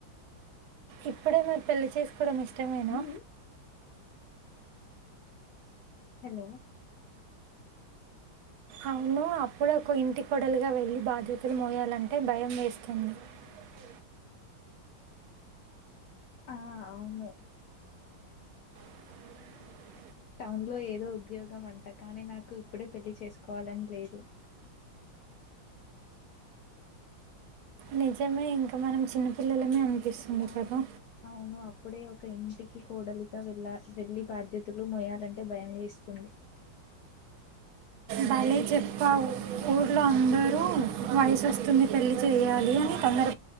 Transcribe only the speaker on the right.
ఇప్పుడే మీరు పెళ్లి చేసుకోడం ఇష్టమేనా
అవును అప్పుడే ఒక ఇంటి కొడలుగా వెళ్ళి బాధ్యతులు మోయాలంటే భయమేస్ న్య <unintelligible>
అ <inaudible>
నిజమే ఇంకా మనం చిన్నపిల్లలమే అనిపిస్తుంది
కదా
భలే చెప్పావు ఊర్లో అందరూ వయసొస్తుంది పెళ్ళి చేయ్యాలీ అని తొందర